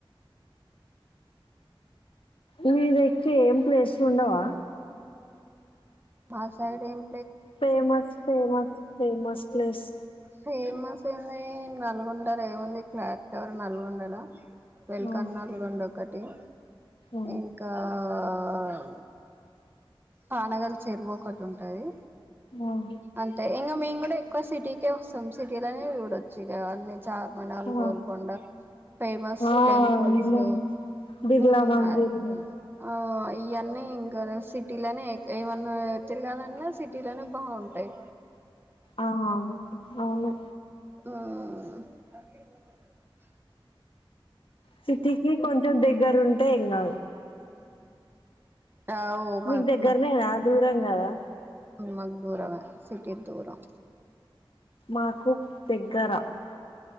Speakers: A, on the left; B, on the right.
A: మీ దక్క ఏం ప్లేస్లుండవా
B: మా సైడ్ ఏమ్
A: famous famous famous place
B: famous ఏంది నల్గొండల ఏముంది క్లాక్ టవర్ నల్గొండల వెల్కన్నాల్రెండొకట్
A: ఆ
B: ఓ
A: ఆ
B: ఇంకా ఆ పానగల చెరువు ఒకటి ఉంటది
A: ఆ
B: అంతే ఇంగ మేం గు ఇ ఎక్కువ సిటీకే వస్తాం సిటీలోనే చూడొచ్చు ఇకా అన్ చార్మినల్
A: ఆ
B: గోల్కొండ ఫేమస్
A: ఆ
B: టెంపుల్స్
A: అవును బిర్లా
B: మ్
A: మందిర్
B: అ ఇఅన్నీ ఇంకా సి తిలానే ఏమన్నా తిరగలన్నా సిటీలోనే బాగుం అయ్
A: ఆ అవును అవును
B: ఆ
A: సిటికి కొంచెం దగ్గర ఉంటె ఎం కద్
B: అవ్ మాకు
A: నీకు దగ్గరనేనా దూరం కదా
B: ఉ దూరమ సిటీ దూరం
A: మాకు దగ్గర